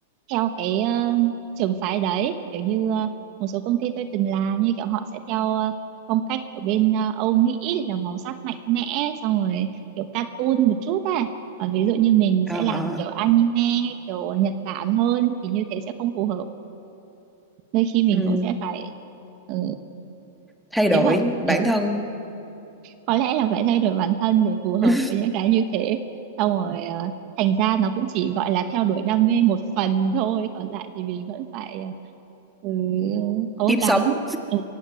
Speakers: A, on the right (about 40°); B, in the centre.
A: theo cái ờ, trường phái đấy kiểu như ờ, một số công ty tôi từng làm như kiểu họ sẽ theo ờ, phong cách của bên ờ, Âu Mỹ là màu sắc mạnh mẽ xong rồi kiểu cartoon một chút à còn ví dụ như mình
B: ờ
A: sẽ làm
B: ờ,
A: kiểu anime hay kiểu Nhật Bản hơn thì như thế sẽ không phù hợp đôi khi mình
B: ừ
A: cũng sẽ phải ừ,
B: thay đổi
A: nếu mà
B: bản
A: ừ
B: thân
A: có lẽ là phải thay đổi bản thân để phù hợp
B: <laughs>
A: với những cái như thế xong rồi ờ, thành ra nó cũng chỉ gọi là theo đuổi đam mê một phần thôi còn lại thì mình vẫn phải ờ, ừ, cố
B: kiếm
A: gắng
B: sống
A: ừ,